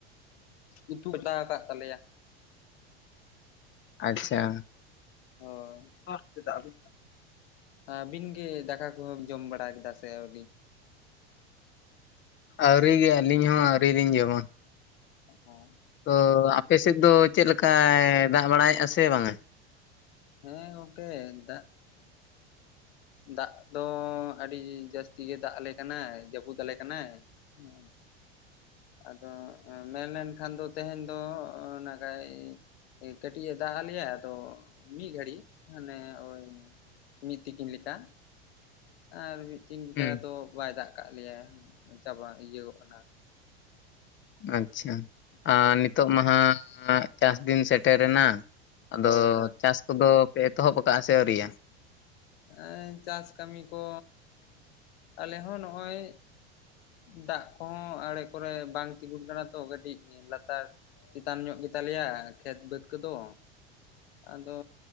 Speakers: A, on the left; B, on the left.
A: ᱩᱛᱩ ᱪᱚᱱᱫᱟ ᱟᱠᱟᱫ ᱛᱟᱞᱮᱭᱟ᱾
B: ᱟᱪᱪᱷᱟ
A: ᱦᱳᱭ
B: ᱟᱪ ᱫᱟᱵ <unintelligible>
A: ᱟᱹᱵᱤᱱ ᱜᱮ ᱫᱟᱠᱟ ᱠᱚᱦᱚᱸᱢ ᱡᱚᱢ ᱵᱟᱲᱟ ᱠᱮᱫᱟ ᱥᱮ ᱟᱹᱣᱨᱤ?
B: ᱟᱹᱣᱨᱤ ᱜᱮ ᱟᱹᱞᱤᱧ ᱦᱚᱸ ᱟᱹᱣᱨᱤ ᱞᱤᱧ ᱡᱚᱢᱟ᱾
A: ᱚᱦᱚ
B: ᱛᱚ ᱟᱯᱮ ᱥᱮᱫ ᱫᱚ ᱪᱮᱫ ᱞᱮᱠᱟᱭ ᱫᱟᱜ ᱵᱟᱲᱟᱭᱮᱫ-ᱟ ᱥᱮ ᱵᱟᱝᱟ?
A: ᱦᱮᱸ ᱜᱚᱝᱠᱮ ᱫᱟᱜ ᱫᱟᱜ ᱫᱚ ᱟᱹᱰᱤ ᱡᱟᱹᱥᱛᱤ ᱜᱮ ᱫᱟᱜ ᱟᱞᱮ ᱠᱟᱱᱟᱭ ᱡᱟᱹᱯᱩᱫ ᱟᱞᱮ ᱠᱟᱱᱟᱭ᱾ ᱦᱮᱸ ᱟᱫᱚ ᱢᱮᱱ ᱞᱮᱱᱠᱷᱟᱱ ᱫᱚ ᱛᱮᱦᱮᱧ ᱫᱚ ᱚ ᱱᱟᱠᱷᱟᱡ ᱠᱟᱹᱴᱤᱡ ᱮ ᱫᱟᱜ ᱟᱜ ᱞᱮᱭᱟ ᱟᱫᱚ ᱢᱤᱫ ᱜᱷᱟᱹᱲᱤᱡ ᱦᱟᱱᱮ ᱳᱭ ᱢᱤᱫ ᱛᱤᱠᱤᱱ ᱞᱮᱠᱟ ᱟᱨ ᱢᱤᱫ ᱫᱤᱱ ᱞᱮᱠᱟ
B: ᱦᱩᱸ
A: ᱫᱚ ᱵᱟᱭ ᱫᱟᱜ ᱠᱟᱜ ᱞᱮᱭᱟ ᱪᱟᱵᱟ ᱤᱭᱟᱹ ᱠᱚᱜ ᱠᱟᱱᱟ,
B: ᱟᱪᱪᱷᱟ
A: ᱦᱳᱭ
B: ᱟᱨ ᱱᱤᱛᱳᱜ ᱢᱟᱦᱟᱜ ᱪᱟᱥ ᱫᱤᱱ ᱥᱮᱴᱮᱨᱮᱱᱟ, ᱟᱫᱚ
A: ᱦᱳᱭ ᱦᱳᱭ
B: ᱪᱟᱥ ᱠᱚᱫᱚ ᱯᱮ ᱮᱛᱚᱦᱚᱵ ᱠᱟᱜ-ᱟ ᱥᱮ ᱟᱹᱣᱨᱤᱭᱟ?
A: ᱮ ᱪᱟᱥ ᱠᱟᱹᱢᱤ ᱠᱚ ᱟᱞᱮ ᱦᱚᱸ ᱱᱚᱜ ᱚᱭ ᱫᱟᱜ ᱠᱚᱦᱚᱸ ᱟᱲᱮ ᱠᱚᱨᱮ ᱵᱟᱝ ᱛᱤᱸᱜᱩᱱ ᱠᱟᱱᱟ᱾ ᱛᱚ ᱠᱟᱹᱴᱤᱡ ᱞᱟᱛᱟᱨ ᱪᱮᱛᱟᱱ ᱧᱚᱜ ᱜᱮᱛᱟᱞᱮᱭᱟ, ᱠᱷᱮᱛ ᱵᱟᱹᱫᱽ ᱠᱚᱫᱚ ᱟᱫᱚ